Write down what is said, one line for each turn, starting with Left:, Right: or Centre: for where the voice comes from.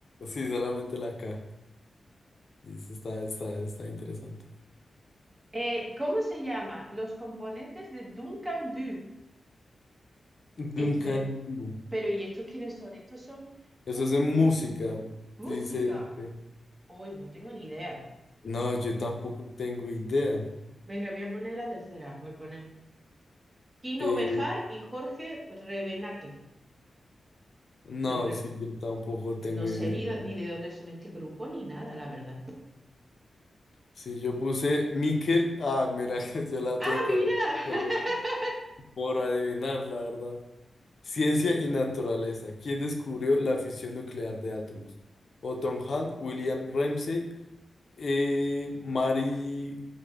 Left: Sí, solamente la K. Y Eso está, está, está interesante.
Right: Eh, ¿cómo se llaman los componentes de Duncan Du?
Left: Duncan
Right: Es- pero,
Left: Du.
Right: pero, ¿y estos quiénes son? Estos son
Left: Eso
Right: un...
Left: es en música.
Right: música.
Left: Dice. este,
Right: Uy, no tengo ni idea.
Left: No, yo tampoco tengo idea.
Right: Venga, voy a poner la tercera, voy a poner. Kino
Left: Eh,
Right: Bejar y Jorge Revenaque.
Left: no,
Right: No, pero
Left: sí, yo tampoco tengo
Right: no sé
Left: idea.
Right: ni, do- ni de dónde son este grupo ni nada, la verdad.
Left: Si yo puse Miquel, ah, mira, <laughs> yo la
Right: ¡Ah,
Left: tuve correcta,
Right: mira!
Left: pero
Right: <laughs>
Left: por adivinar, la verdad. Ciencia y naturaleza. ¿Quién descubrió la fisión nuclear de átomos? Otto Hahn, William Ramsay, eh, Marie